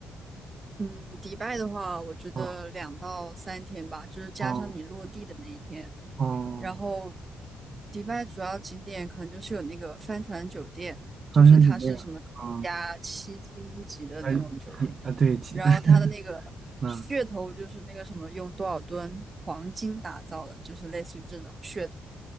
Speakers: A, on the right (about 35°); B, on the right (about 50°).
A: 嗯，迪拜的话，我觉得两到三天吧，
B: 哦，
A: 就是加上你落地的那一天。
B: 哦，哦，
A: 然后迪拜主要景点可能就是有那个帆船酒店，
B: 好像是这样，
A: 就是它是什么加七星级的那种酒店，
B: 啊，还啊，对，其
A: 然后它的那个噱头就是那个什么用多少吨黄金打造的，
B: <laughs> 嗯
A: 就是类似于这种噱头。